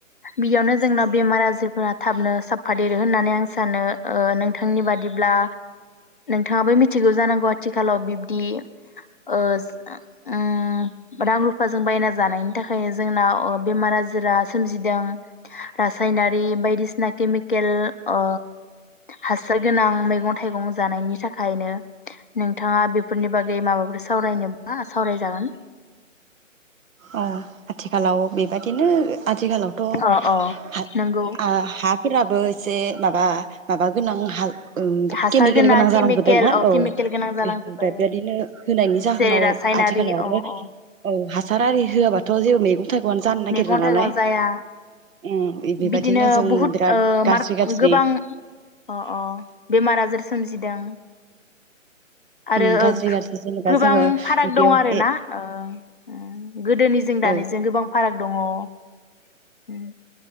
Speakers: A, on the left (about 40°); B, on the right (about 80°).
A: बियावनो जोंना बेमार आजारफोरा थाबनो साबफा देरो होननानै आं सानो नोंथांनि बादिब्ला बिथाङाबो मिथिगौ जानांगौ आथिखालाव बिब्दि ओ ओम रां रुफाजों बायना जानायनि थाखायनो जोंनाव बेमार आजारा सोमजिदों रासायनारि बायदिसिना केमिकेल अ हासार गोनां मैगं थाइगं जानायनि थाखाय ओंखायनो नोंथाङा बेफोरनि बागै माबाफोर सावरायनोबा सावरायजागोन
B: अ आथिखालाव बेबादिनो आथिखालावथ
A: अ अ
B: हात
A: नंगौ
B: आ हात फोराबो इसे माबा माबा गोनां हाल ओम
A: हासार
B: केमिकेल गोनां जालांजोबबायना
A: केमिकेल
B: औ
A: केमिकेल गोनां जालांजोबो
B: बे बेबायदिनो होनायनि जाहोनाव
A: जेरै रासायनारि
B: आथिखालावबो
A: औ
B: आरो
A: औ
B: औ हासार आरि होआबाथ जेबो मैगं थाइगंआनो जानो नागिरा
A: मैगं
B: नालाय
A: थाइगं जाया
B: उम बेबायदिनो
A: बिदिनो
B: जों
A: बुहुत
B: बिराद
A: ओ
B: गाज्रि
A: मारक
B: गाज्रि
A: गोबां अ अ बेमार आजार सोमजिदों आरो
B: उम गाज्रि
A: ओं
B: गाज्रि जेनेबा
A: गोबां
B: जोङो
A: फाराग
B: उदैयावहाय
A: दं आरोना ओ ओम गोदोनिजों दानिजों
B: औ
A: गोबां दङ ओम